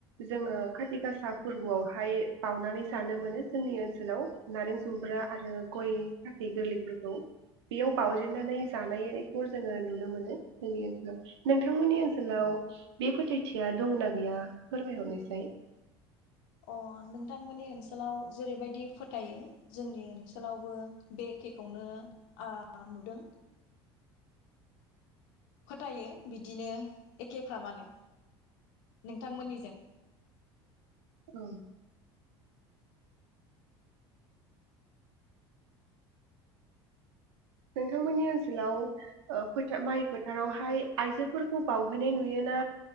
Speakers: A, on the right; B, on the left.
A: जोङो खाथि गासा फोरबोआव हाय बावनानै जानो मोनो जोंनि ओनसोलाव नारें जुम्ब्रा आरो गय फाथै गोरलैफोरखौ बेयाव बाउजेननानै जानायखौ जोङो नुनो मोनो जोंनि ओनसोलाव नोंथांमोननि ओनसोलाव बे फोथायथिया दंना गैया फोरमायहरनायसाय।
B: अ नोंथांमोननि ओनसोलाव जेरैबायदि फोथायो जोंनि ओनसोलावबो बे एखेखौनो ओ नुदों। फोथायो बिदिनो। एखेफ्रामानोे। नोंथांमोननिजों
A: औ। नोंथांमोननि ओनसोलाव ओ फोथा माइ फोथारावहाय आइजोफोरखौ बावहैनाय नुयोना